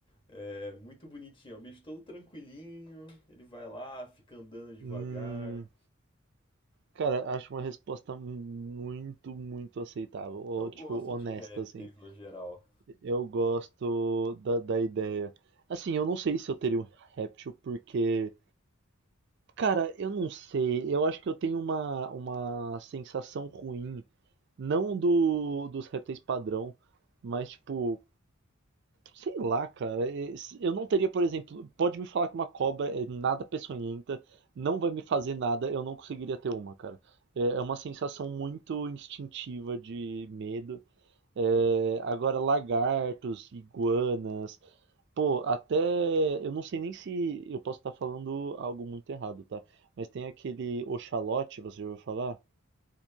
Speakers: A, on the left; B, on the right.
A: É muito bonitinho, é um bicho todo tranquilinho, ele vai lá, fica andando devagar.
B: Hum, cara, acho uma resposta muito, muito aceitável. Ou,
A: Eu gosto
B: tipo, honesta,
A: de répteis
B: assim.
A: no geral.
B: Eu gosto da, da ideia. Assim, eu não sei se eu teria um réptil, porque. Cara, eu não sei. Eu acho que eu tenho uma, uma sensação ruim. Não do, dos répteis padrão, mas, tipo, Sei lá, cara. es- Eu não teria, por exemplo, pode me falar que uma cobra é nada peçonhenta, não vai me fazer nada, eu não conseguiria ter uma, cara. É é uma sensação muito instintiva de medo. É, agora, lagartos, iguanas, pô, até. Eu não sei nem se. Eu posso estar falando algo muito errado, tá? Mas tem aquele oxalote, você já ouviu falar?